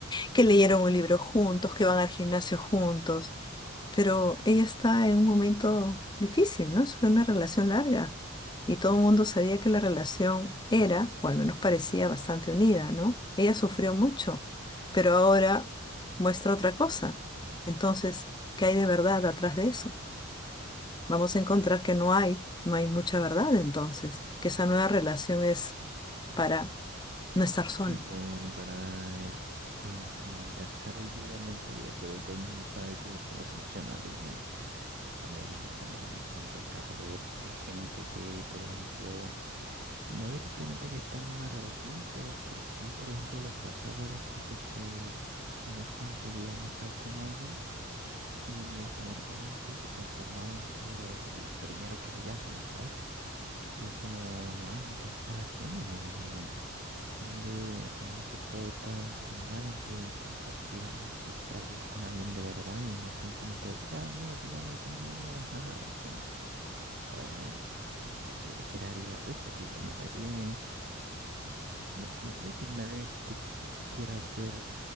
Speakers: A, on the left; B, on the right.
A: que leyeron un libro juntos, que van al gimnasio juntos pero ella está en un momento difícil, ¿no? Eso Fue una relación larga y todo el mundo sabía que la relación era, o al menos parecía, bastante unida, ¿no? Ella sufrió mucho, pero ahora muestra otra cosa. Entonces, ¿qué hay de verdad atrás de eso? Vamos a encontrar que no hay, no hay mucha verdad entonces, que esa nueva relación es para no estar solo.
B: Sí, como para eh, eh, como intentar <laughs> olvidar lo anterior, pero todo el mundo sabe que eso no funciona, tío. También, también he visto muchos casos de, de gente que, por ejemplo, no directamente que está en una relación, pero que sí, por ejemplo, les pasaba esto de que no conseguían estar con alguien. y automáticamente se conformaban por el primero que pillasen, ¿sabes? Y es como, man, ¿qué estás haciendo? Digo, ¿dónde, a dónde se fue estas como ganas de compartir algo especial con alguien de verdad y no simplemente decir, ah, mira, chica, esta es mi novia, jaja, y como, joder, man, ¿por qué siquiera harías eso? Tipo, nadie. No, no creo que nadie te quiera hacer,